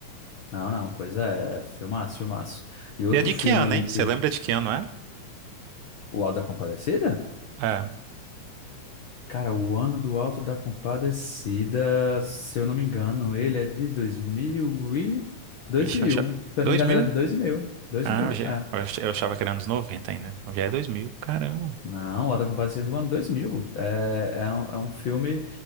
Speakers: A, on the left; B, on the right.
A: não, não. Pois é, filmaço, filmaço. E outro
B: E é de
A: filme
B: que ano,
A: ali,
B: hein? Você
A: que-
B: lembra de que ano, é?
A: O Auto da Compadecida?
B: É,
A: Cara, o ano do Alto da Compadecida, se eu não me engano, ele é de 2000 e 2000.
B: ixi, eu já,
A: Se eu
B: 2000?
A: não me engano, era de dois mil dois
B: Ah,
A: mil,
B: eu, já-
A: é.
B: eu ach- eu achava que era anos 90 ainda, então já é 2000? caramba,
A: Não, o Alto da Compadecida é do ano 2000. É, é, um, é um filme